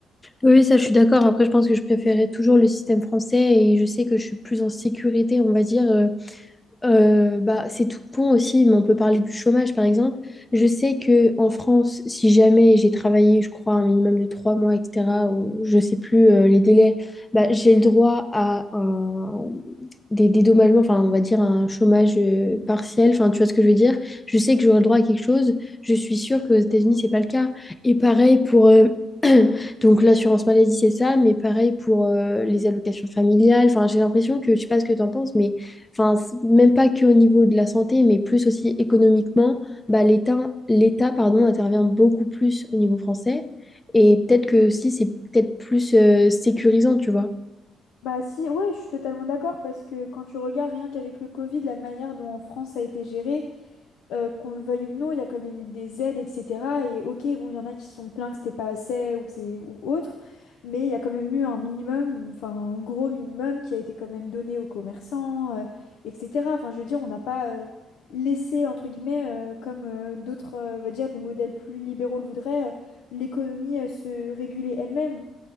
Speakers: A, on the left; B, on the left.
A: Oui, oui, ça, je suis d'accord. Après, je pense que je préférais toujours le système français et je sais que je suis plus en sécurité, on va dire. euh, Euh, bah, c'est tout bon aussi, mais on peut parler du chômage par exemple. Je sais que en France, si jamais j'ai travaillé, je crois, un minimum de trois mois, etc., ou je sais plus euh, les délais, bah, j'ai le droit à un... des dédommagements, enfin, on va dire un chômage euh, partiel, enfin, tu vois ce que je veux dire. Je sais que j'aurai le droit à quelque chose, je suis sûre qu'aux États-Unis, c'est pas le cas. Et pareil pour. euh, <clears throat> Donc l'assurance maladie, c'est ça, mais pareil pour euh, les allocations familiales. Enfin, j'ai l'impression que, je sais pas ce que tu en penses, mais enfin, c- même pas que au niveau de la santé, mais plus aussi économiquement, bah, l'État, l'État, pardon, intervient beaucoup plus au niveau français. Et peut-être que aussi, c'est peut-être plus euh, sécurisant, tu vois.
B: Bah si ouais je suis totalement d'accord parce que quand tu regardes rien qu'avec le Covid la manière dont en France ça a été géré euh, qu'on le veuille ou non, il y a quand même eu des aides, etc. Et ok, bon, il y en a qui se sont plaints que c'était pas assez ou que c'est ou autre, mais il y a quand même eu un minimum, enfin un gros minimum qui a été quand même donné aux commerçants, euh, etc. Enfin, je veux dire, on n'a pas euh, laissé entre guillemets, euh, comme euh, d'autres, euh, on va dire des modèles plus libéraux le voudraient, euh, l'économie euh, se réguler elle-même.